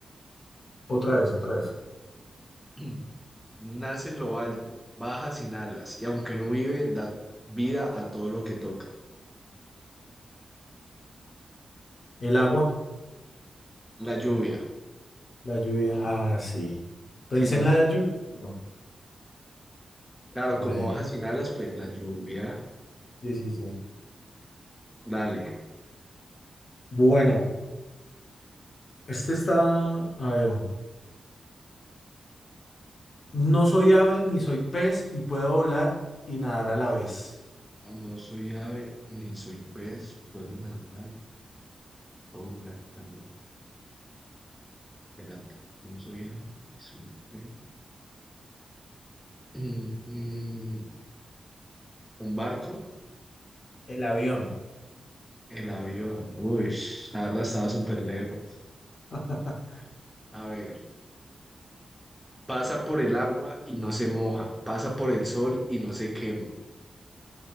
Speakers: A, on the left (about 45°); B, in the centre.
A: Otra vez, otra vez.
B: <clears throat> Nace en lo alto, baja sin alas y aunque no vive, da vida a todo lo que toca.
A: El agua,
B: La lluvia.
A: la lluvia. Ah, sí. Pensé
B: si no,
A: en
B: esa-
A: la lluvia. pero,
B: claro,
A: Hombre.
B: como baja sin alas, pues la lluvia.
A: Sí, sí, sí.
B: Dale.
A: Bueno, este está, a ver, no soy ave ni soy pez y puedo volar y nadar a la vez.
B: No soy ave ni soy pez, puedo nadar, puedo volar también. Espérate, no soy ave ni soy pez. Mm, mm, un barco,
A: El avión.
B: el avión. Uy, la verdad estaba súper lejos.
A: <laughs>
B: A ver, pasa por el agua y no se moja, pasa por el sol y no se quema.